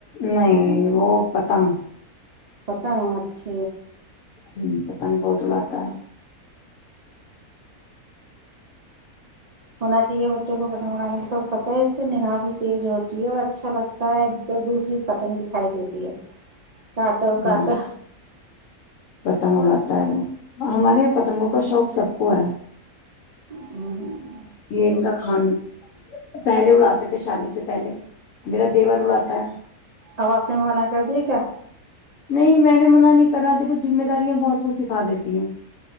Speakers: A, on the left; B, on the right.
A: نہیں نہیں وہ <unintelligible> <unintelligible> پتنگ <unintelligible> <unintelligible>
B: پتہ مارچ <unintelligible> <unintelligible>
A: ہ پتن پ تولہات <unintelligible> <unintelligible> تر <unintelligible> <unintelligible>
B: ہونا چاہیے بچوں کو پتنگ اڑانے کا سب پت ہے اس سے نگاہ بھی تیز ہوتی ہے اور اچھا لگتا ہے تو دوسری پتنگ دکھائی دیتی ہے۔ <unintelligible> کاٹو
A: ہاں
B: کاٹو
A: پتنگ اڑاتا ہے وہ <unintelligible> <unintelligible> ہمارے یہ پتنگوں کا شوق سب کو ہے <unintelligible>
B: ہوں <unintelligible> <unintelligible>
A: یہ ان کا کھان پہلے اڑاتے تھے <unintelligible> تھ شادی سے پہلے <unintelligible> <unintelligible> دیور اڑاتا ہے
B: اب آپ نے منع کر دیا کیا
A: نہیں میں نے منع نہیں کرا دیکھو ذمہ داریاں بہت کچھ سکھا دیتی ہیں